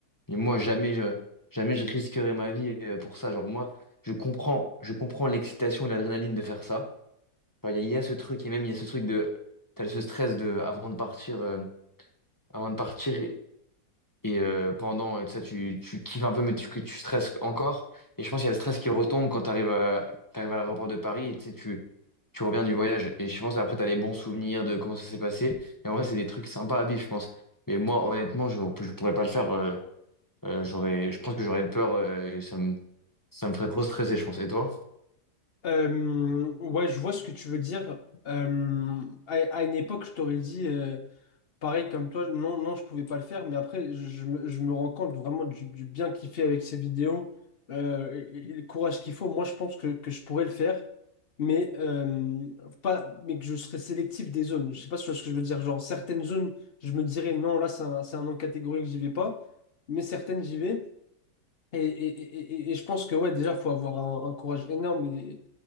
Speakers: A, on the left (about 15°); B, on the left (about 50°).
A: Et moi, jamais je, jamais je risquerais ma vie euh, pour ça. Genre, moi, je comprends, je comprends l'excitation et l'adrénaline de faire ça. Genre, Il y, a il y a ce truc, et même il y a ce truc de. T'as ce stress de, avant de partir, euh, avant de partir. Et euh, pendant, euh, ça, tu, tu kiffes un peu, mais tu, que tu stresses encore. Et je pense qu'il y a le stress qui retombe quand tu arrives à, t'arrives à l'aéroport de Paris et tu sais, tu, tu reviens du voyage. Et je pense après, tu as les bons souvenirs de comment ça s'est passé. Et en vrai, c'est des trucs sympas à vivre, je pense. Mais moi, honnêtement, je ne pourrais pas le faire. euh, euh, j'aurais, je pense que j'aurais peur euh, et ça me, ça me ferait trop stresser, je pense. Et toi?
B: Euh, ouais, je vois ce que tu veux dire. Euh, à, à une époque, je t'aurais dit. Pareil comme toi, non, non, je pouvais pas le faire, mais après, je, me, je me rends compte vraiment du, du bien qu'il fait avec ses vidéos, euh, et, et le courage qu'il faut. Moi, je pense que, que je pourrais le faire, mais, euh, pas, mais que je serais sélectif des zones. Je sais pas si tu vois ce que je veux dire. Genre, certaines zones, je me dirais non, là, c'est un, c'est un non catégorique, j'y vais pas, mais certaines, j'y vais. Et, et- et- et- et je pense que ouais, déjà, faut avoir un, un courage énorme et,